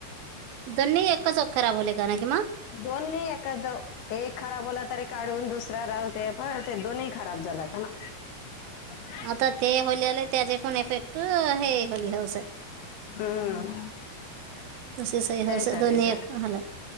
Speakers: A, on the right; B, on the left.
A: दोन्ही एकाच वक्त खराब होले का किं,
B: दोन्ही एखाद दाव हे खराब होला तरी काढून दुसरा राहय दे. बरं ते दोनही खराब झाला होता ना. <inaudible>
A: आता ते होल्याले त्याचे पण इफेक्ट हे होली होऊसये.
B: हम्म.
A: तशी सईहल
B: त्यासाठीच
A: <unintelligible> सग द ने हालय